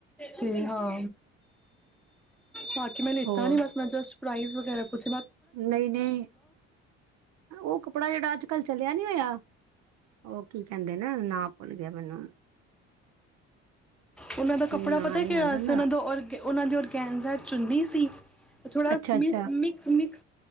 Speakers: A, in the centre; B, on the right.
A: ਤੇ ਹਾਂ ਬਾ ਕਿ ਮੈਂ ਲੀਤਾ
B: ਹੋਰ
A: ਨੀ ਬੱਸ ਮੈਂ ਜਸਟ ਪ੍ਰਾਈਜ਼ <unintelligible> ਪੁੱਛ
B: ਨਹੀਂ ਨਹੀਂ ਉਹ ਕੱਪੜਾ ਜਿਹੜਾ ਅੱਜ ਕੱਲ ਚਲਿਆ ਨੀ ਹੋਇਆ ਉਹ ਕੀ ਕਹਿੰਦੇ ਨਾ ਨਾ ਭੁੱਲ ਗਿਆ ਮੈਨੂੰ
A: ਉਹਨਾਂ ਦਾ ਕੱਪੜਾ
B: ਨਾਂ
A: ਪਤਾ
B: ਨਹੀਂ
A: ਕਿ
B: ਯਾਦ ਆਉਂਦਾ
A: ਸੀ ਉਹਨਾਂ
B: ਨਾ।
A: ਦਾ ਔਰ ਅਤੇ ਉਹਨਾਂ ਦੇ ਔਰਗੈਨਜ਼ ਚੁੰਨੀ ਸੀ ਥੋੜਾ
B: ਅੱਛਾ
A: ਮ
B: ਅੱਛਾ
A: ਮਿਕਸ ਮਿਕ